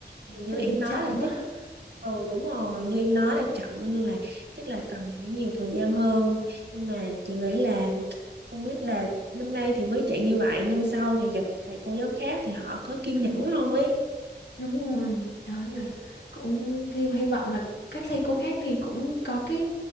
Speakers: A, on the right; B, on the left.
A: thì như
B: tại
A: em
B: vì
A: nói
B: chậm
A: là chắc
B: á.
A: là ừ đúng rồi như em nói là chậm nên là chắc là cần phải nhiều thời gian hơn nhưng mà chị nghĩ là không biết là năm nay thì với chị như vậy năm sau thì gặp thầy cô giáo khác thì họ có kiên
B: Ừ,
A: nhẫn không ấy
B: đúng rồi. Đó là
A: ừ
B: cũng hy hy vọng là các thầy cô khác thì cũng có cái